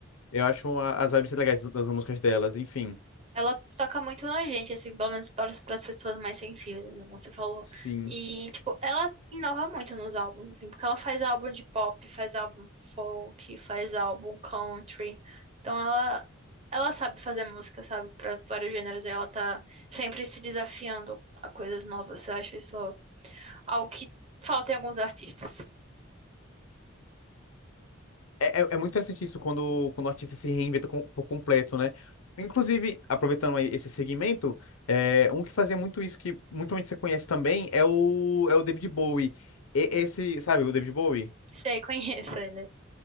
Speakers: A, on the left; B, on the right.
A: eu acho uma- as vibes legais das músicas delas, enfim.
B: Ela toca muito na gente, assim, pelo menos para as pessoas mais sensíveis, né, como você falou.
A: Sim.
B: E, tipo, ela inova muito nos álbuns, assim, porque ela faz álbum de pop, faz álbum folk, faz álbum country. Então, ela, ela sabe fazer música, sabe, para vários gêneros. E ela tá sempre se desafiando a coisas novas. Eu acho isso algo que falta em alguns artistas.
A: É, é, é muito interessante isso quando, quando o artista se reinventa com- por completo, né? Inclusive, aproveitando aí esse segmento, é, um que fazia muito isso, que muito provavelmente você conhece também, é o, é o David Bowie. E-
B: Hum.
A: esse, sabe, o David Bowie?
B: Sei, <laughs> conheço ele.